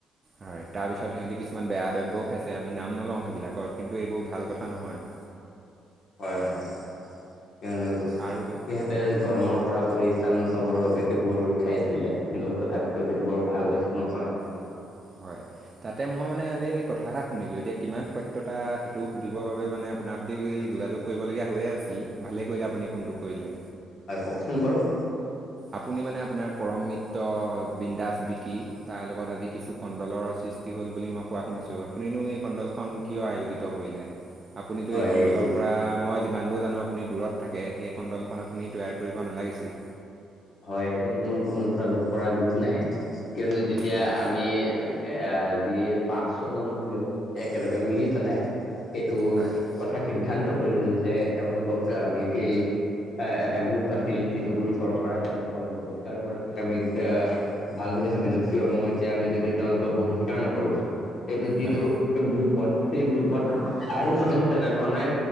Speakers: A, on the right; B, on the left.
A: হয় তাৰপিছত সিহঁতি কিছুমান বেয়া দ্ৰব্যও খাইছে, আমি নাম নলওঁ সেইবিলাকৰ কিন্তু এইবোৰ ভাল কথা নহয়।
B: হয় হয়, কিয়নো
A: আৰু
B: সিহঁতে গৰমৰ পৰা পৰিত্ৰাণ পাবৰ বাবে সেইবোৰ খাইছিলে, কিন্তু তথাপিতো টো সেইটো বৰ ভাল বস্তু নহয়।
A: নহয়। হয়, তাতে মই মানে আজি এই কথা এটা শুনিলোঁ, এতিয়া কিমান সত্যতা সেইটো সুধিবৰ বাবে মানে আপোনাৰ সৈতে যোগাযোগ কৰিবলগীয়া হৈয়ে আছিলে, ভালেই কৰিলে আপুনি ফোনটো কৰিলে।
B: হয় কওকচোন বাৰু?
A: আপুনি মানে আপোনাৰ পৰম মিত্ৰ, বিন্দাস বিকি তাৰ লগত আজি কিছু কণ্ডলৰ সৃষ্টি হ'ল বুলি মই কোৱা শুনিছোঁ, আপুনিনো এই কণ্ডলখন কিয় আয়োজিত কৰিলে? আপুনিতো
B: হয়
A: এই কণ্ডলৰ
B: এইটো
A: পৰা মই যিমান দূৰ জানো আ আপুনি দূৰত থাকে, সেই কণ্ডলখন আপুনি তৈয়াৰ কৰিব নালাগিছিল।
B: হয়, এইটো মোৰ কোনো ফালৰ পৰা দোষ নাই, কিয়নো যেতিয়া
A: হয়
B: আমি এ যি পাঁচ, ছয় জনমান ব্যক্তি একেলগে মিলি পেলাই সেইটো
A: হয়
B: কথা সিদ্ধান্ত কৰিলো যে এওঁলোকক আমি সেই এটা গ্ৰুপ আছিল, যিটো গ্ৰুপৰ পৰা তেওঁলোকক বহিষ্কাৰ কৰাটোৱে আমি এ ভাল বুলি ভাবিলো, কিয়নো এতিয়া আমি যদি তেওঁলোকক বহিষ্কাৰ নকৰো, এইটো যিটো
A: হয়
B: গ্ৰুপ হয় সেই গ্ৰুপত আৰু মানুহ তেনেধৰণে